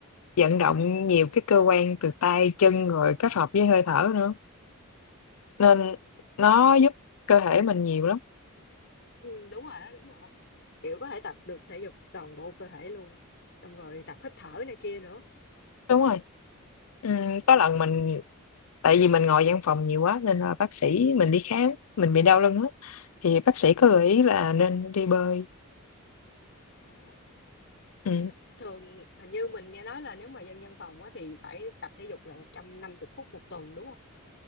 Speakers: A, on the left; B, on the left.
A: vận động nhiều cái cơ quan từ tay chân rồi kết hợp với hơi thở nữa nên nó giúp cơ thể mình nhiều lắm
B: ừ, đúng rồi đó đúng rồi kiểu có thể tập được thể dục toàn bộ cơ thể luôn xong rồi tập hít thở này kia nữa
A: đúng rồi Ừm, có
B: ừ.
A: lần mình tại vì mình ngồi văn phòng nhiều quá nên là bác sĩ mình đi khám mình bị đau lưng á thì bác sĩ có
B: ờ,
A: gợi ý là nên đi bơi
B: ờ.
A: ừ.
B: thường hình như mình nghe nói là nếu mà dân văn phòng á thì phải tập thể dục là 150 phút một tuần đúng không